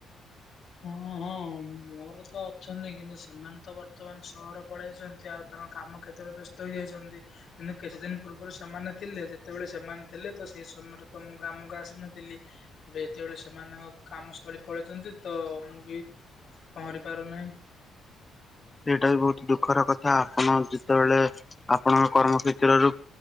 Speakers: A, on the left (about 60°); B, on the left (about 20°).
A: ହଁ, ହଁ, ମୁଁ ମୋର ତ ଅଛନ୍ତି, କିନ୍ତୁ ସେମାନେ ତ ବର୍ତ୍ତମାନ ସହର ପଳେଇଛନ୍ତି। ଆଉ, ତାଙ୍କ କାମ କ୍ଷେତ୍ରରେ ବ୍ୟସ୍ତ ହୋଇଯାଇଛନ୍ତି। କିନ୍ତୁ କିଛି ଦିନ ପୂର୍ବରୁ ସେମାନେ ଥିଲେ, ଯେତେବେଳେ ସେମାନେ ଥିଲେ ତ ସେଇ ସମୟରେ ତ ମୁଁ ଗ୍ରାମକୁ ଆସିନଥିଲି। ଏବେ ଯେତେବେଳେ ସେମାନଙ୍କ କାମସ୍ଥଳୀ ପଳେଇଛନ୍ତି ତ, ମୁଁ ବି ପହଁରି ପାରୁନାହିଁ।
B: ସେଇଟା ବି ବହୁତ ଦୁଃଖର କଥା ଆପଣ ଯେତେବେଳେ ଆପଣଙ୍କ କର୍ମ କ୍ଷେତ୍ରରୁ